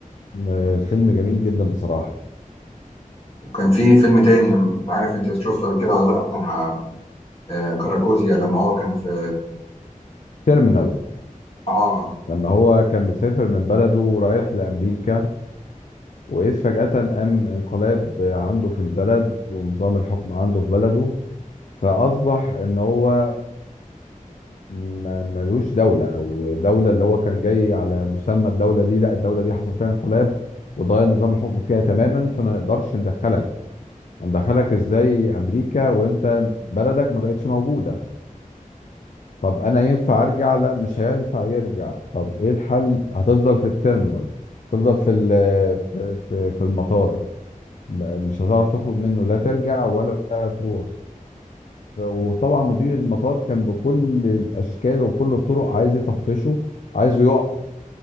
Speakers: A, on the left (about 60°); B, on the left (about 45°).
A: آه، فيلم جميل جدا بصراحة
B: وكان في فيلم تاني مش عارف انت شفته قبل كده ولا لا بتاع آه، كاراكوزيا لما هو كان في
A: تيرمينال
B: اه
A: لما هو كان مسافر من بلده ورايح لأمريكا وإذ فجأة قام انقلاب عنده في البلد ونظام الحكم عنده في بلده فأصبح إن هو ما- ملوش دولة أو دولة اللي هو كان جاي على مسمى الدولة دي لا الدولة دي حصل فيها انقلاب وتغير نظام الحكم فيها تماما فما نقدرش ندخلك ندخلك ازاي أمريكا وأنت بلدك ما بقتش موجودة طب أنا ينفع أرجع لا مش هينفع يرجع طب إيه الحل هتفضل في التيرمينال تفضل في ال- في في في المطار م- مش هتعرف تخرج منه لا ترجع ولا تروح وطبعا مدير المطار كان بكل الاشكال وكل الطرق عايز يطفشه عايزه يقع